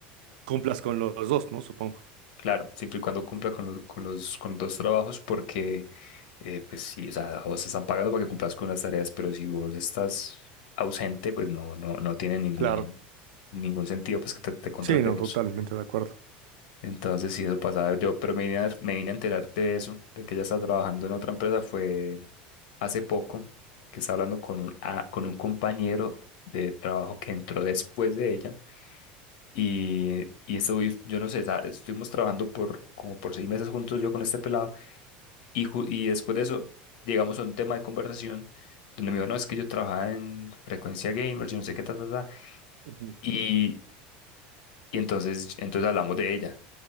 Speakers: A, on the right; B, on the left.
A: cumplas con lo- los dos, ¿no? Supongo.
B: Claro, siempre y cuando cumpla con, lo- con los, con los dos trabajos, porque eh, pues sí, o sea, a vos te están pagando para que cumplas con las tareas, pero si vos estás ausente, pues no, no, no tiene ningún,
A: Claro.
B: ningún sentido pues que te, te contratemos.
A: Sí, no, totalmente de acuerdo.
B: Entonces, sí, eso pasaba yo, pero me vine a, dar- me vine a enterar de eso, de que ella está trabajando en otra empresa, fue hace poco que estaba hablando con un, a- con un compañero de trabajo que entró después de ella y, y esto, y yo no sé, sa- estuvimos trabajando por como por seis meses juntos yo con este pelado y, ju- y después de eso llegamos a un tema de conversación donde me dijo, no, es que yo trabajaba en Frecuencia Gamers, yo no sé qué, ta, ta, ta,
A: Ujú.
B: y, y entonces, entonces hablamos de ella.